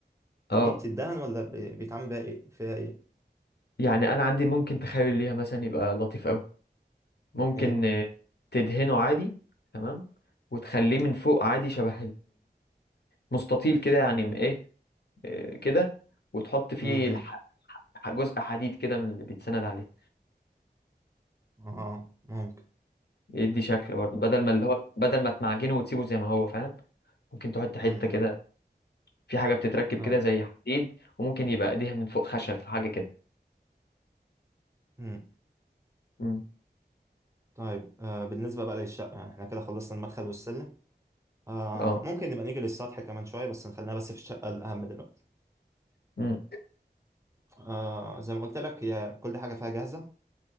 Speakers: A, on the right; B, on the left.
A: دي
B: اه
A: بتدهن ولا ب- بيتعمل بيها ايه فيها ايه
B: يعني انا عندي ممكن تخيل ليها مثلا يبقى لطيف قوي ممكن
A: ايه
B: آه، تدهنه عادي تمام وتخليه من فوق عادي شبه مستطيل كده يعني م- ايه إيه كده وتحط فيه
A: امم
B: الح- ح- جزء حديد كده من اللي بيتسند عليه
A: إمم. اه ممكن
B: يدي شكل برضه بدل ما اللي هو بدل ما تمعجنه وتسيبه زي ما هو فاهم ممكن تحط حتة
A: امم إمم.
B: كده في حاجة بتتركب
A: ايوه
B: كده زي حديد وممكن يبقى ايديها من فوق خشب حاجة كده
A: امم
B: مم.
A: طيب آه بالنسبة بقى للشقة احنا كده خلصنا المدخل والسلم آه
B: اه
A: ممكن نبقى نيجي للسطح كمان شوية بس نخلينا بس في الشقة الأهم دلوقتي
B: مم.
A: آه زي ما قلت لك هي كل حاجة فيها جاهزة